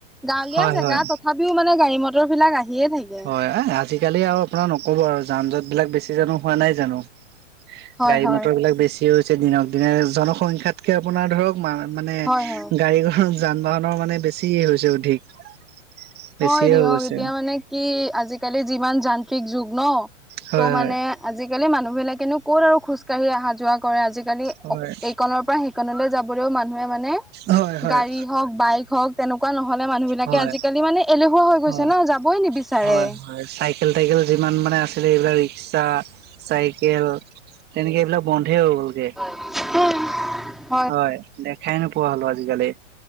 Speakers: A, in the centre; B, on the right.
A: গাঁৱলীয়া
B: হয়
A: জেগাত।
B: হয়
A: তথাপিও মানে গাড়ী মটৰবিলাক আহিয়ে থাকে।
B: হয় আজিকালি আৰু আপোনাৰ নকব আৰু যান জঁট বিলাক বেছি জানো হোৱা নাই জানো গাড়ী
A: হয় হয়।
B: মটৰ বিলাক বেছিও হৈছে দিনক দিনে জনসংখ্যাতকে আপোনাৰ ধৰক মানে
A: হয় হয়।
B: গাড়ী <unintelligible> যান বাহনৰ মানে বেছি হৈছে অধিক। বেছিয়ে
A: হয় দিয়ক
B: হৈ গৈছে
A: এতিয়া মানে কি আজিকালি যিমান যান্ত্ৰিক যুগ ন,
B: হয়
A: ত' মানে আজিকালি মানুহ বিলাকেনো ক'ত আৰু খোজ কঢ়ি অহা যোৱা কৰে, আজিকালি
B: হয়।
A: অ এইকনৰ পৰা <unintelligible> যাব মানুহে মানে
B: হয় হয়
A: গাড়ী
B: হয়
A: হওক, বাইক হওক তেনেকুৱা নহলে মানুহ বিলাকে
B: হয়
A: আজিকালি মানে এলেহুৱা হৈ গৈছে
B: হয়
A: ন' যাবই নিবিচাৰে
B: হয় হয় চাইকেল টাইকেল যিমান মানে আছিলে এইবিলাক ৰিক্সা চাইকেল তেনেকৈ এইবিলাক বন্ধই হৈ গ'লগৈ।
A: <unintelligible>
B: হয় দেখাই নোপোৱা হ'লো আজিকালি